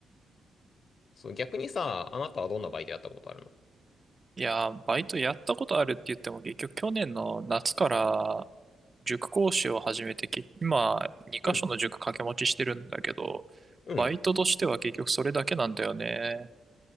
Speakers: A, on the left; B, on the right.
A: そう、逆にさ、あなたはどんなバイトやったことあるの
B: いやー、バイトやったことあるって言っても結局去年の夏から塾講師を始めてき、今2箇所の塾掛け持ちしてるんだけど、
A: うん、うん。
B: バイトとしては結局それだけなんだよね。